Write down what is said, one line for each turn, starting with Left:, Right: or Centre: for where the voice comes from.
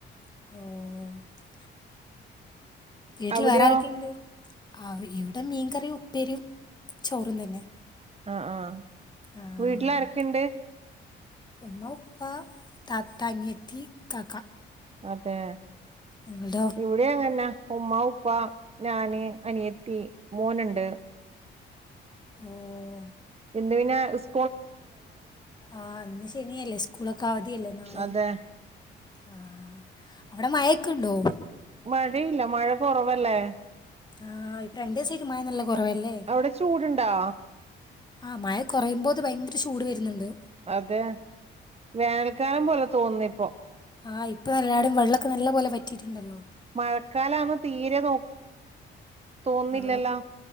Left: ആഹ് വീട്ടില്
Right: അവിടെയോ
Left: വേറാരൊക്കെയുണ്ട്? ആഹ് ഇവിടെ മീൻകറിം, ഉപ്പേരിം, ചോറും തന്നെ.
Right: ആഹ് ആഹ്
Left: ആഹ്
Right: വീട്ടിലാരൊക്കെണ്ട്?
Left: ഉമ്മ, ഉപ്പ, താത്ത, അനിയത്തി, കാക്ക
Right: അതെ.
Left: ഇങ്ങൾതോ
Right: ഇവിടിം അങ്ങന്നെ ഉമ്മ, ഉപ്പ, ഞാന്, അനിയത്തി, മോനുണ്ട്.
Left: ഓഹ്
Right: ഇന്ന് പിന്നെ സ്
Left: ആഹ് ഇന്ന് ശനിയല്ലേ സ്കൂളൊക്കെ അവധിയല്ലേ നാളെയും.
Right: അതെ
Left: ആഹ് അവിടെ മഴക്ക്ണ്ടോ?
Right: ഇവടില്ല മഴ കൊറവല്ലേ?
Left: ആഹ് ഇപ്പൊ രണ്ടീസായിട്ട് മഴ നല്ല കൊറവല്ലേ?
Right: അവ്ടെ ചൂട്ണ്ടോ?
Left: ആഹ് മഴ കൊറയുമ്പോത് ഭയങ്കര ചൂട് വര്ന്നുണ്ട്.
Right: അതെ വേനൽക്കാലം പോലെ തോന്നുന്നിപ്പോ.
Left: ആഹ് ഇപ്പനെല്ലാടും വെള്ളൊക്കെ നല്ല പോലെ വറ്റിയിട്ടുണ്ടല്ലോ.
Right: മഴക്കാലാന്ന് തീരെ തോ തോന്നില്ലല്ലോ?
Left: ആ